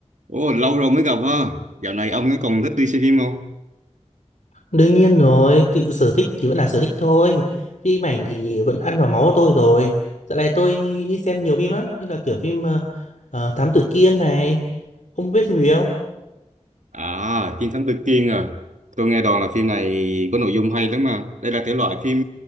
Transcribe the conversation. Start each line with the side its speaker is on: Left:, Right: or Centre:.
Right: Ồ, lâu rồi mới gặp ha. Dạo này ông ấy còn thích đi xem phim không?
Left: Đương nhiên rồi, thì sở thích thì vẫn là sở thích thôi. Phim ảnh thì vẫn ăn vào máu của tôi rồi. Dạo này tôi đi xem nhiều phim lắm, như là kiểu phim ờ, ờ, Thám Tử Kiên này. Ông biết phim gì không?
Right: À, phim Thám Tử Kiên à. Tôi nghe đồn là phim này có nội dung hay lắm mà. Đây là thể loại phim